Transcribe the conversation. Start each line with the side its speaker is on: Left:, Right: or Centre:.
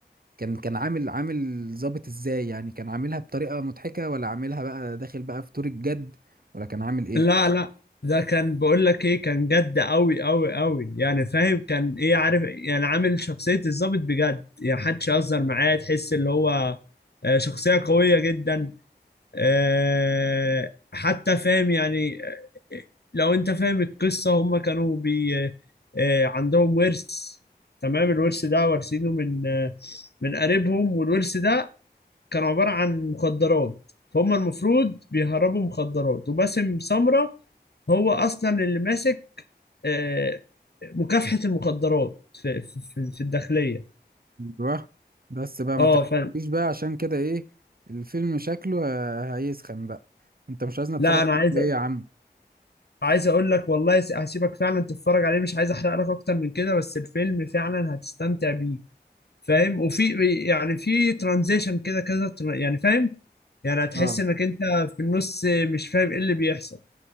Right: كان كان عامل عامل ظابط ازاي يعني كان عاملها بطريقة مضحكة ولا عاملها بقى داخل بقى في دور الجد ولا كان عامل ايه
Left: لا لا ده كان بقول لك ايه كان جد قوي قوي قوي يعني فاهم كان ايه عارف يعني عامل شخصية الضابط بجد يعني محدش يهزر معاه تحس اللي هو آه، شخصية قوية جدا آه، حتى فاهم يعني آه، لو انت فاهم القصة هم كانوا بي آه، عندهم ورث تمام الورث ده وارثينه من آه، من قريبهم والورث ده كان عبارة عن مخدرات فهم المفروض بيهربوا مخدرات وباسم سمرة هو اصلا اللي ماسك آه، مكافحة المخدرات في في في في الداخلية
Right: ايوه بس بقى ما
Left: اه
Right: تحكيش
Left: ف
Right: بقى عشان كده ايه الفيلم شكله ه- هيسخن بقى انت مش عايزني اتفرج
Left: لا انا عايز
Right: عليه يا عم
Left: عايز اقول لك والله س- هسيبك فعلا تتفرج عليه مش عايز احرق لك اكتر من كده بس الفيلم فعلا هتستمتع بيه فاهم وفي يعني في ترانزيشن كده كذا تر- يعني فاهم يعني هتحس
Right: اه
Left: انك انت في النص مش فاهم ايه اللي بيحصل